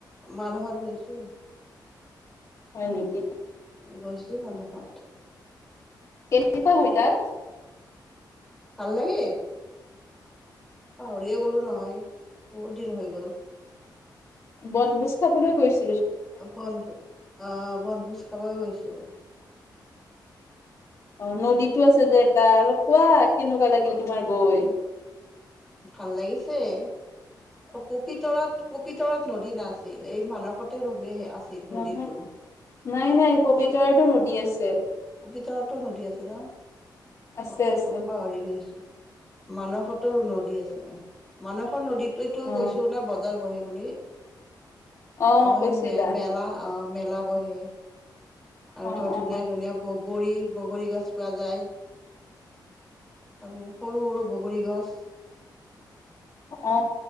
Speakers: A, in the centre; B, on the left (about 45°).
A: মানুহত গৈছো।
B: হয় নেকি।
A: গৈছো মানাহত।
B: কেনেকুৱা হয় তাত।
A: ভাল লাগে। পাহৰিয়ে গ'লো নহয় বহুত দিন হৈ গল।
B: বনভোজ খাবলৈ গৈছো।
A: বনভো আহ বনভোজ খাব গৈছো।
B: অ নদীতো আছে যে এটা অলপ কোৱা কেনেকুৱা লাগিল
A: অ
B: তোমাৰ গৈ?
A: ভাল লাগিছে। অ পপিতৰাত পপিতৰাত নদী নাছিল এই মানসতে ৰমি আ আছিল
B: নহয়
A: নদীতটো।
B: নাই নাই পবিতৰাটো নদী আছে।
A: পবিতৰাটো নদী আছে ন?
B: আছে
A: অ
B: আছে
A: অ পাহৰি গৈছিলো। মানসহতৰ নদী আছে মানসৰ নদীততো
B: অ
A: কৈছো না বজাৰ বহে। বুলি
B: অ
A: আৰু
B: কৈছিলা
A: এখন ম মেলা অ মেলা বহে আৰু
B: অ
A: ধৰ
B: অ
A: ধুনীয়া ধুনীয়া বগ গৰী বগৰী গছ পোৱা যায়। মানে সৰু সৰু বগৰী গছ।
B: অ